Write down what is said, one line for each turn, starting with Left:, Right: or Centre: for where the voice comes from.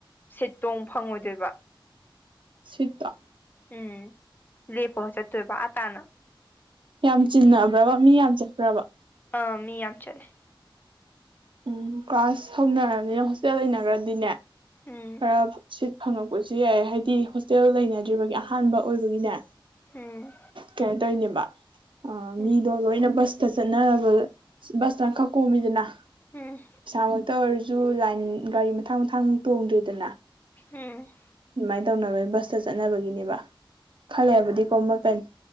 Left: ꯁꯤꯠ ꯇꯣꯡ ꯐꯪꯉꯣꯏꯗꯣꯏꯕ꯫
Right: ꯁꯤꯠꯇꯣ
Left: ꯎꯝ ꯂꯦꯞꯄꯒ ꯆꯠꯇꯣꯏꯕ ꯑ ꯇꯥꯅ
Right: ꯌꯥꯝ ꯆꯤꯟꯅꯕ꯭ꯔꯕ ꯃꯤ ꯌꯥꯝ ꯆꯠꯄ꯭ꯔꯕ?
Left: ꯑꯥ ꯃꯤ ꯌꯥꯝ ꯆꯠꯂꯦ
Right: ꯎꯝ ꯀ꯭ꯂꯥꯁ ꯍꯧꯅꯔꯕꯃꯤꯅ ꯍꯣꯁꯇꯦꯜ ꯂꯩꯅꯒꯔꯗꯤꯅꯦ
Left: ꯎꯝ
Right: ꯈꯔ ꯁꯤꯠ ꯐꯪꯉꯛꯄꯖꯨ ꯌꯥꯏ ꯍꯥꯏꯗꯤ ꯍꯣꯁꯇꯦꯜ ꯂꯩꯅꯗ꯭ꯔꯤꯕꯒꯤ ꯑꯍꯥꯟꯕ ꯑꯣꯏꯕꯒꯤꯅꯦ
Left: ꯎꯝ
Right: ꯀꯩꯅꯣ ꯇꯧꯔꯤꯅꯦꯕ ꯑ
Left: ꯎꯝ
Right: ꯃꯤꯗꯣ ꯂꯣꯏꯅ ꯕꯁ ꯇ ꯆꯠꯅꯔꯕꯗ ꯕꯁꯇꯅ ꯈꯔ ꯀꯣꯝꯃꯤꯗꯅ
Left: ꯎꯝ
Right: ꯄꯩꯁꯥꯃꯛꯇ ꯑꯣꯏꯔ ꯖꯨ ꯂꯥꯏꯟ ꯒꯥꯔꯤ ꯃꯊꯥꯡ ꯃꯊꯥꯡ ꯇꯣꯡꯗ꯭ꯔꯤꯗꯅ
Left: ꯎꯝ
Right: ꯑꯗꯨꯃꯥꯏꯅ ꯇꯧꯅꯕꯒꯤ ꯕꯁꯇ ꯆꯠꯅꯕꯒꯤꯅꯦꯕ ꯈ ꯂꯩꯔꯕꯨꯗꯤ ꯀꯣꯃꯛꯀꯅꯤ